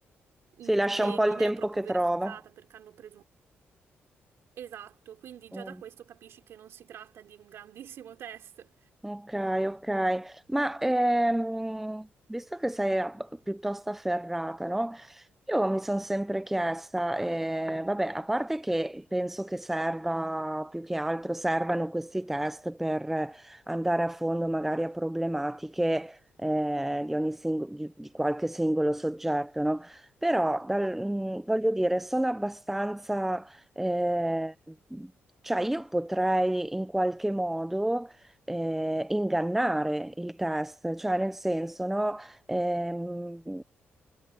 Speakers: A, in the centre; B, on the right (about 70°).
A: si
B: mm,
A: lascia
B: che
A: un po'
B: non
A: il tempo
B: è proprio
A: che
B: verificata
A: trova.
B: perché hanno preso... un... Esatto, quindi già
A: Mm.
B: da questo capisci che non si tratta di un grandissimo test.
A: Ok, ok, ma ehm, visto che sei ab- piuttosto afferrata, no? Io mi sono sempre chiesta, eh, vabbè, a parte che penso che serva più che altro, servano questi test per andare a fondo magari a problematiche eh, di ogni singo- di, di qualche singolo soggetto, no? Però dal- mh, voglio dire, sono abbastanza, eh, cioè io potrei in qualche modo eh, ingannare il test, cioè nel senso, no? Ehm,